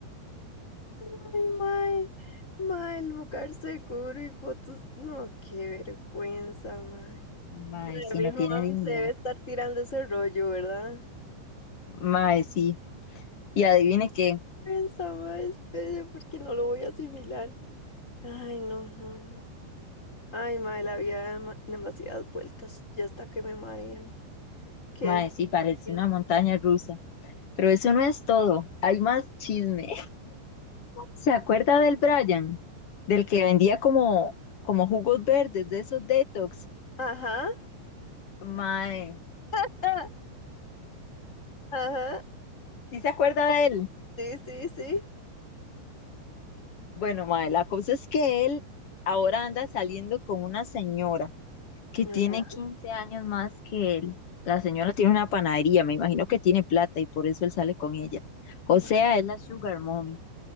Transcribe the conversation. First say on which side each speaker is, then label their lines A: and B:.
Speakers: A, on the left; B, on the left.
A: Ay, mae, mae, el lugar seguro y fotos. No, qué vergüenza, mae.
B: Mae, sí,
A: El viejo
B: no tiene
A: mami
B: dignidad.
A: se debe estar tirando ese rollo, ¿verdad?
B: Mae, sí. Y adivine qué,
A: Vergüenza, mae, espere, porque no lo voy a asimilar. Ay, no, no, no. Ay, mae, la vida da dema- demasiadas vueltas, ya hasta que me marean. ¿Qué?
B: mae, sí, parece
A: Bien.
B: una montaña rusa. Pero eso no es todo, hay más chisme. ¿Se acuerda del Brian? Del que vendía como, como jugos verdes, de esos detox.
A: Ajá,
B: Mae,
A: <laughs> ah, ajá,
B: ¿sí se acuerda de él?
A: sí, sí, sí.
B: Bueno, mae, la cosa es que él ahora anda saliendo con una señora que
A: Ajá.
B: tiene 15 años más que él. La señora tiene una panadería, me imagino que tiene plata y por eso él sale con ella. O
A: Ma-
B: sea, es la Sugar Mommy,